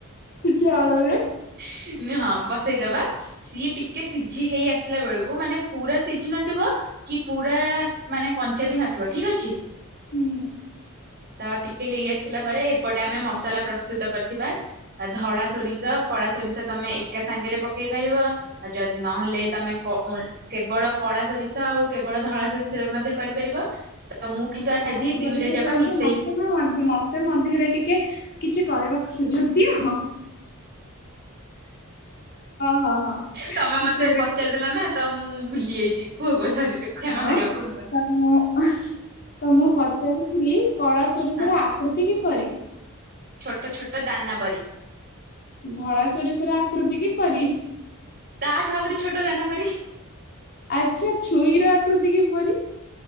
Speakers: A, on the left; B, on the right.
A: ଜାଳରେ।
B: <inaudible> ହଁ, ବସେଇଦବା ସିଏ ଟିକେ ସିଝି ହେଇ ଆସିଲା ବେଳକୁ ମାନେ ପୁରା ସିଝି ନଥିବ କି ପୁରା ମାନେ କଞ୍ଚା ବି ନଥିବ ଠିକ ଅଛି।
A: ହୁଁ।
B: ତ ଟିକେ ହେଇ ଆସିଲା ପରେ ଏପଟେ ଆମେ ମସଲା ପ୍ରସ୍ତୁତ କରିଥିବା ଧଳା ସୋରିଷ କଳା ସୋରିଷ ତମେ ଏକା ସାଙ୍ଗରେ ପକେଇ ପାରିବ ଯଦି ନହେଲେ ତମେ କୋ ଉ ଲ କେବଳ କଳା ସୋରିଷ ଆଉ କେବଳ ଧଳା ସୋରିଷରେ ମଧ୍ୟ କରିପାରିବ। ତ ମୁଁ କିନ୍ତୁ
A: ହଁ
B: ଆଜି
A: ସୋରିଷ
B: ଦୁଇଟା ଯାକ
A: ସୋରିଷ
B: ମିଶି
A: ମତେ ବି ମତେ ମଧ୍ୟରେ ଟିକେ କିଛି କହିକୁ ସୁଯୋଗ ଦିଅ। ହଁ ହଁ ହଁ କିଛି
B: ତମେ ମତେ
A: ଗୋଟେ
B: ପଚାରିଦେଲ ନା ତ ମୁଁ ଭୁଲି ଯାଇଛି କୁହ କୁହ ସରି କ୍ଷମା
A: ହଁ
B: କରିବ କୁହ କୁହ।
A: ତ ମୁଁ ତ ମୁଁ ପଚାରୁଥିଲି କଳା ସୋରିଷର
B: ହଁ
A: ଆକୃତି କିପରି?
B: ଛୋଟ ଛୋଟ ଦାନା ପରି।
A: ଧଳା ସୋରିଷର ଆକୃତି କିପରି?
B: ତାଠୁ ଆହୁରି ଛୋଟ ଦାନା ପରି।
A: ଆଚ୍ଛା ଛୁଇଁର ଆକୃତି କିପରି?